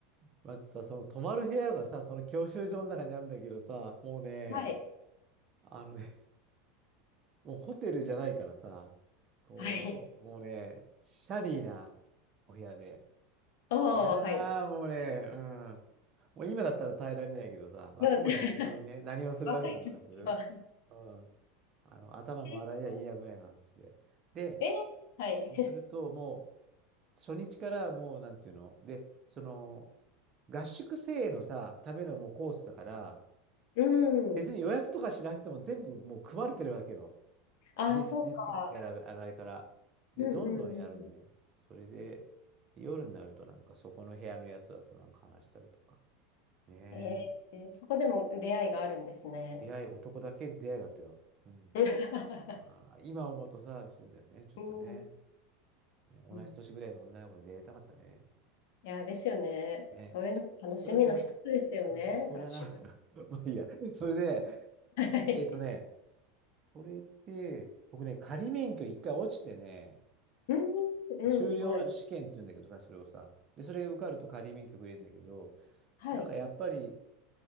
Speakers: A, on the right; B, on the left.
A: まずさ、その泊まる部屋がさ、その教習所の中にあるんだけどさ、もうね、
B: はい。
A: あのね、もうホテルじゃないからさ、こう、
B: はい。
A: もうね、シャビーなお部屋で、
B: おー、
A: いやー、
B: はい。
A: もうね、うん。もう今だったら耐えられないけどさ、まあ当時別にね、
B: な <laughs>
A: 何をするわけでもなく、
B: 若い時は。
A: うん。あの、頭も洗えりゃいいやぐらいの話で。
B: え
A: で、
B: ー、えはい。
A: そうするともう、初日からもう、なんていうので、その、合宿生のさ、ためのもうコースだから、
B: う
A: 別に予約とかしなくても全部もう組まれてるわけよ。
B: ん。ああ、
A: 実、
B: そうか。
A: 実技から、あれから。で、
B: うんうんうんう
A: どんどんやるね。それで、で夜になるとなんかそこの部屋のやつだとなんか話したりとか。ねえ。
B: ん。えー、そこでも出会いがあるんですね。
A: 出会い、男だけ出会いだったよ。うん。
B: <laughs>
A: あー、今思うとさ、そうだよね。ちょっとね。
B: うん
A: ね、同じ年ぐらいの女の子に出会いたかったね。
B: うん。いやー、ですよね。
A: ね。
B: そういうのも楽しみの一つですよね、
A: それはなかった。うん、それはなかったな。
B: 合宿。
A: <laughs> まあいいや。それで、
B: <laughs> はい。
A: えっとね、それで、僕ね、仮免許一回落ちてね、
B: うん、うん、
A: 修了試験って言うんだけどさ、
B: はい。
A: それをさ。で、それ受かると仮免許くれるんだけど、
B: はい。
A: なんかやっぱり、